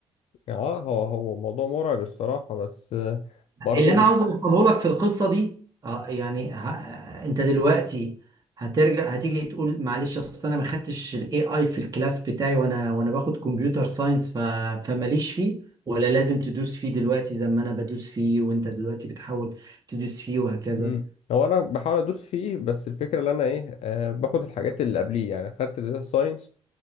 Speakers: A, on the left; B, on the right.
A: يعني اه هو هو موضوع مرعب الصراحة بس آه، برضه
B: اللي انا عاوز اوصله لك في القصه دي آه، يعني ه- انت دلوقتي هترجع هتيجي تقول معلش اصل انا ما خدتش الاي اي في الكلاس بتاعي وانا وانا باخد كمبيوتر ساينس ف... فماليش فيه ولا لازم تدوس فيه دلوقتي زي ما انا بدوس فيه وانت دلوقتي بتحاول تدوس فيه وهكذا
A: مم. هو انا بحاول ادوس فيه بس الفكره اللي انا ايه آه باخد الحاجات اللي قبليه يعني خدت داتا ساينس